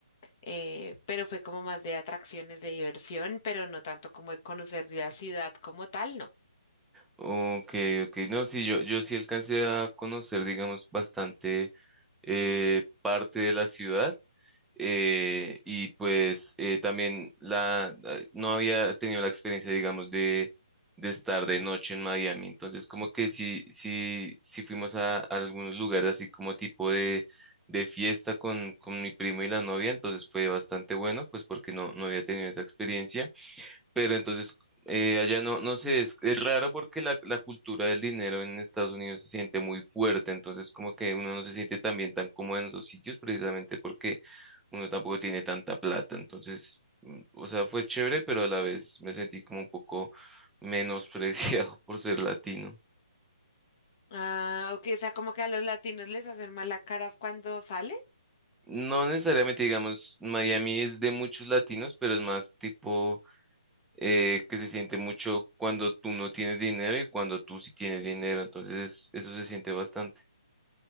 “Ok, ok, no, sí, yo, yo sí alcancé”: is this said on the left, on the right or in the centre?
Centre